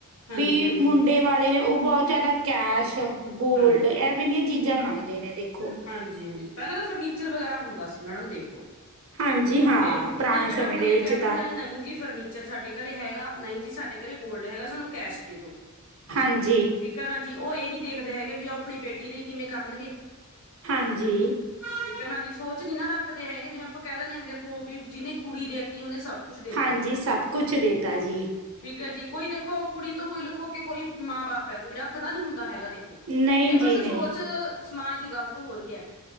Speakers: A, on the left; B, on the right.
A: ਹਾਂਜੀ,
B: ਵੀ
A: ਹਾਂਜੀ,
B: ਮੁੰਡੇ। ਵਾਲੇ ਨੇ, ਉਹ ਬਹੁਤ ਜ਼ਿਆਦਾ ਕੈਸ਼, ਗੋਲਡ,
A: ਹਾਂਜੀ,
B: ਐਵੇਂ ਦੀਆਂ ਚੀਜ਼ਾਂ ਮੰਗਦੇ ਨੇ ਦੇਖੋ।
A: ਹਾਂਜੀ- ਹਾਂਜੀ, ਪਹਿਲਾਂ ਤਾਂ ਫਰਨੀਚਰ ਵਗੈਰਾ ਹੁੰਦਾ ਸੀ ਮੈਡਮ ਦੇਖੋ।
B: ਹਾਂਜੀ ਹਾਂ
A: ਤੇ ਹੁਣ
B: ਪੁਰਾਣੇ
A: ਹੈ ਜਿਹੜਾ
B: ਸਮੇਂ
A: ਹੁਣ
B: ਦੇ
A: ਇਹ
B: ਵਿੱਚ
A: ਕਹਿ ਦਿੰਦੇ
B: ਤਾਂ
A: ਨੇ ਨਹੀਂ ਜੀ ਫਰਨੀਚਰ। ਫਰਨੀਚਰ ਸਾਡੇ ਘਰੇ ਹੈਗਾ, ਨਹੀਂ ਜੀ ਸਾਡੇ ਘਰੇ ਗੋਲਡ ਹੈਗਾ, ਸਾਨੂੰ ਕੈਸ਼ ਦੇ ਦੋ।
B: ਹਾਂਜੀ।
A: ਠੀਕ ਹੈ ਨਾ ਜੀ, ਉਹ ਇਹ ਨੀ ਦੇਖਦੇ ਹੈਗੇ ਵੀ ਉਹ ਆਪਣੀ ਬੇਟੀ ਲਈ ਕਿਵੇਂ ਕਰਨਗੇ।
B: ਹਾਂਜੀ।
A: ਠੀਕ ਹੈ ਨਾ ਜੀ, ਸੋਚ ਨੀ ਨਾ ਰੱਖਦੇ ਹੈਗੇ ਜਿਵੇਂ ਆਪਾਂ ਕਹਿ ਦਿੰਦੇ ਹ ਵੀ ਦੇਖੋ ਵੀ ਜਿਹਨੇ ਕੁੜੀ ਦੇ ਦਿੱਤੀ ਉਹਨੇ ਸਭ। ਕੁਛ ਦੇਤਾ।
B: ਹਾਂਜੀ, ਸਭ ਕੁਛ ਦੇਤਾ ਜੀ।
A: ਠੀਕ ਹੈ ਜੀ, ਕੋਈ ਦੇਖੋ ਕੁੜੀ ਤੋਂ ਕੋਈ ਲੁਕੋ ਕੇ ਕੋਈ ਮਾਂ ਬਾਪ ਹੈ ਕੋਈ ਰੱਖਦਾ ਨੀ ਹੁੰਦਾ ਹੈਗਾ ਦੇਖੋ।
B: ਨਹੀਂ
A: ਇਹ ਬਸ,
B: ਜੀ ਨਹੀਂ
A: ਸੋਚ ਸਮਾਜ ਦੀ ਗ਼ਲਤ ਹੋ ਰਹੀ ਹੈ।